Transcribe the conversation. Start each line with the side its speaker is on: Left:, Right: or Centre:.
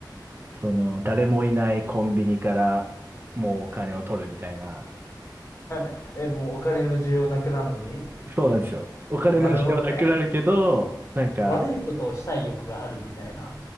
Right: その、誰もいないコンビニからもうお金を取るみたいな。
Left: い。<laughs> え、もうお金の需要なくなるのに
Right: そうなんですよ。お金の需要なくなるけど、
Left: あ、なるほどね。
Right: なんか、
Left: 悪いことをしたい欲があるみたいな。